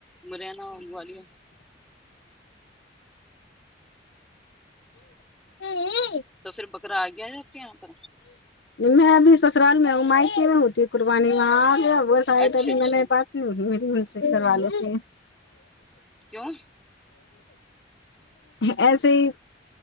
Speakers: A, in the centre; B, on the left.
A: مرنا گالر ہ
B: ہاں
A: تو پھر بکرا آ گیا ہے آپ کے یہاں پر
B: میں ابھی سسرال میں ہمائش کی نہیں ہوتی قربانی میں آ گ بس آ ہے
A: اچھا
B: تری
A: اچھا
B: م پات نہیں سے کروا لو سے
A: کیوں
B: ایسے ہی